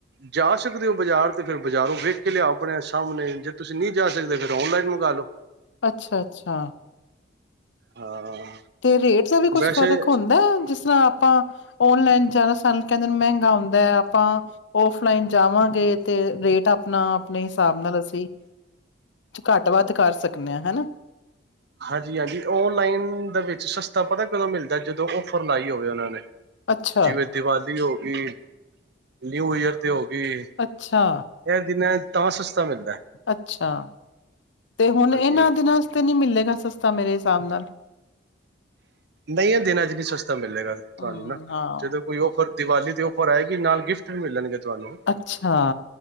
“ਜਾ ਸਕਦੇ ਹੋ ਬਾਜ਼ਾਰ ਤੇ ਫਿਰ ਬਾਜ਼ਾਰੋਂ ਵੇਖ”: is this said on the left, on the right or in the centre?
Right